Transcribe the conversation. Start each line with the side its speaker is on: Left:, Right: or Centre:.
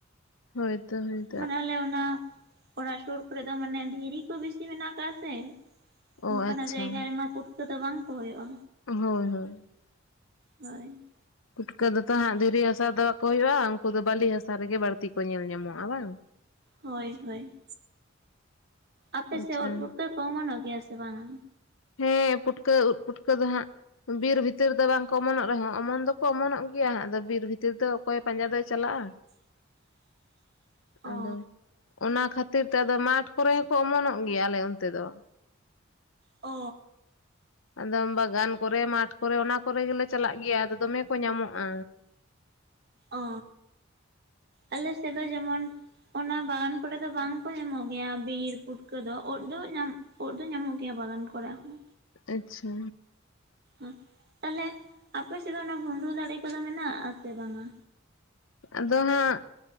Left: ᱦᱳᱭᱛᱚ ᱦᱮᱸ
Right: ᱢᱟᱱᱮ ᱟᱞᱮ ᱚᱱᱟ ᱚᱱᱟ ᱥᱩᱨ ᱠᱚᱨᱮ ᱫᱚ ᱢᱟᱱᱮ ᱫᱷᱤᱨᱤ ᱠᱚ ᱵᱮᱥᱤ ᱢᱮᱱᱟᱜ ᱠᱟᱜ-ᱟ ᱥᱮ
Left: ᱚ
Right: ᱚᱱᱠᱟᱱᱟᱜ
Left: ᱟᱪᱪᱷᱟ
Right: ᱡᱟᱭᱜᱟ ᱨᱮᱢᱟ ᱯᱩᱴᱠᱟᱹ ᱫᱚ ᱵᱟᱝᱠᱚ ᱦᱳᱭᱳᱜᱼᱟ
Left: ᱦᱳᱭ ᱦᱳᱭ
Right: ᱦᱳᱭ
Left: ᱯᱩᱴᱠᱟᱹ ᱫᱚᱛᱚ ᱦᱟᱸᱜ ᱫᱷᱤᱨᱤ ᱦᱟᱥᱟ ᱫᱚ ᱵᱟᱠᱚ ᱦᱩᱭᱩᱜᱼᱟ ᱩᱱᱠᱩ ᱫᱚ ᱵᱟᱹᱞᱤ ᱦᱟᱥᱟ ᱨᱮᱜᱮ ᱵᱟᱹᱲᱛᱤ ᱠᱚ ᱧᱮᱞ ᱧᱟᱢᱚᱜᱼᱟ ᱵᱟᱝ
Right: ᱦᱳᱭ ᱦᱳᱭ ᱟᱯᱮ
Left: ᱟᱪᱪᱷᱟ
Right: ᱥᱮᱫ ᱳᱫ ᱯᱩᱴᱠᱟᱹ ᱠᱚ ᱚᱢᱚᱱᱚᱜ ᱜᱮᱭᱟ ᱥᱮ ᱵᱟᱝᱟ
Left: ᱦᱮᱸ ᱯᱩᱴᱠᱟᱹ ᱳᱫ ᱯᱩᱴᱠᱟᱹ ᱫᱚ ᱦᱟᱸᱜ ᱵᱤᱨ ᱵᱷᱤᱛᱤᱨ ᱫᱚ ᱵᱟᱝᱠᱚ ᱚᱢᱚᱱᱚᱜ ᱨᱮᱦᱚᱸ ᱚᱢᱚᱱ ᱫᱚᱠᱚ ᱚᱢᱚᱱᱚᱜ ᱜᱮᱭᱟ ᱟᱫᱚ ᱵᱤᱨ ᱵᱷᱤᱛᱤᱨ ᱫᱚ ᱚᱠᱚᱭ ᱯᱟᱸᱡᱟ ᱫᱚᱭ ᱪᱟᱞᱟᱜᱼᱟ
Right: <inaudible> ᱚ
Left: ᱟᱫᱚ ᱚᱱᱟ ᱠᱷᱟᱹᱛᱤᱨ ᱛᱮ ᱟᱫᱚ ᱢᱟᱴᱷ ᱠᱚᱨᱮ ᱦᱚᱸᱠᱚ ᱚᱢᱚᱱᱚᱜ ᱜᱮᱭᱟ ᱟᱞᱮ ᱚᱱᱛᱮ ᱫᱚ
Right: ᱚᱻ
Left: ᱟᱫᱚᱢ ᱵᱟᱜᱟᱱ ᱠᱚᱨᱮ ᱢᱟᱴᱷ ᱠᱚᱨᱮ ᱚᱱᱟ ᱠᱚᱨᱮ ᱜᱮᱞᱮ ᱪᱟᱞᱟᱜ ᱜᱮᱭᱟ ᱟᱫᱚ ᱫᱚᱢᱮ ᱠᱚ ᱧᱟᱢᱚᱜᱼᱟ
Right: ᱚ ᱟᱞᱮ ᱥᱮᱫ ᱫᱚ ᱡᱮᱢᱚᱱ ᱚᱱᱟ ᱵᱟᱜᱟᱱ ᱠᱚᱨᱮᱫ ᱫᱚ ᱵᱟᱝᱠᱚ ᱧᱟᱢᱚᱜ ᱜᱮᱭᱟ ᱵᱤᱨ ᱯᱷᱩᱴᱠᱟᱹ ᱫᱚ ᱳᱫ ᱫᱚ ᱧᱟᱢᱚ ᱳᱫ ᱫᱚ ᱧᱟᱢᱚᱜ ᱜᱮᱭᱟ ᱵᱟᱜᱟᱱ ᱠᱚᱨᱮ ᱦᱚᱸ
Left: ᱟᱪᱪᱷᱟ
Right: ᱚᱦ ᱛᱟᱦᱞᱮ ᱟᱯᱮ ᱥᱮᱫ ᱫᱚ ᱚᱱᱟ ᱵᱷᱩᱸᱰᱩᱨ ᱫᱟᱲᱮ ᱠᱚᱫᱚ ᱢᱮᱱᱟᱜ ᱟᱥᱮ ᱵᱟᱝᱟ
Left: ᱟᱫᱚ ᱦᱟᱸᱜ